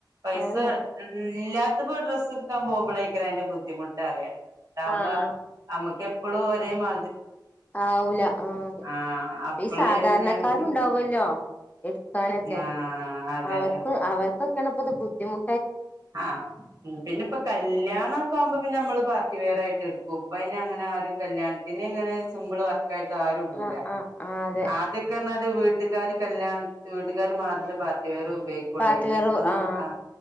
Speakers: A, on the right; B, on the left.
A: പൈസ
B: അതന്നെ
A: ഉം ഇല്ലാത്തപ്പോ ഡ്രസ്സെടുക്കാൻ പോകുമ്പോളരിക്കും അതിന്റെ ബുദ്ധിമുട്ട്റിയാം ഇണ്ടാവുമ്പൊ
B: ആഹ്
A: നമ്മുക്ക്- എപ്പളും ഒരേ മാ
B: ആവൂല ആ അതെ
A: ആഹ് അപ്പള്
B: ഈ സാധാരണക്കാരുണ്ടാവുവല്ലോ
A: പിന്നെ നമുക്ക്
B: എടുക്കാനൊക്കെ
A: ആഹ് അതെ
B: അവർക്ക് അവർക്കൊക്കെയാണിപ്പത് ബുദ്ധിമു
A: ആഹ് പിന്നെ ഇപ്പൊ കല്യാണൊക്കെ ആവുമ്പോ പിന്നെ നമ്മള് പാർട്ടി വെയർ ആയിട്ട്- തെറുക്കും ഇപ്പോ ഇനി അങ്ങനെ ആ ഒരു കല്യാണത്തിന് ഇങ്ങനെ സിമ്പിൾ വർ- കായിട്ട് ആരു ഇടൂല
B: ആഹ് ആഹ് ആഹ് അതെ
A: ആദ്യൊക്കെ ർഞ്ഞാല് വീ വീട്ടുകാര് കല്യാണ വീട്ടുകാര് മത്രം പാർട്ടി വെയർ ഉപയോഗിക്കുള്ളെ
B: പാർട്ടിവെയർ
A: ഇനി ഇപ്പൊന്ന്-
B: ആഹ്